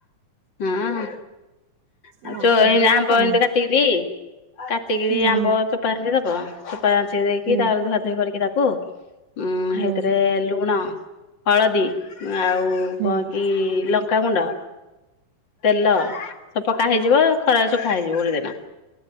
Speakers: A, on the left (about 40°); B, on the right (about 85°).
A: ହଁଅ। ଆଉ
B: ନା
A: ଚୋ
B: ଆମର
A: ଏଇ
B: ହେରା
A: ଆମ୍ବ
B: କରୁନୁ
A: ଏମତି କାଟିକିରି କାଟିକିରି
B: ହୁଁ
A: ଆମ୍ବ ଚୋ ପା ହେରାକ ଚୋପା ଚାଞ୍ଛିଦେଇକି
B: ହୁଁ
A: ତା ଧୁଆଧୋଇ କରିକି ତାକୁ ଉଁ
B: ହୁଁ
A: ହେଇଥିରେ ଲୁଣ, ହଳଦୀ ଆଉ
B: ହୁଁ
A: କଣ କି ଲଙ୍କ୍ ଙ୍କା ଗୁଣ୍ଡ ତେଲ ସବୁ ପକାହେଇଯିବ ଖରାରେ ଶୁଖା ହେଇଯିବ ଗୋଟେ ଦିନ।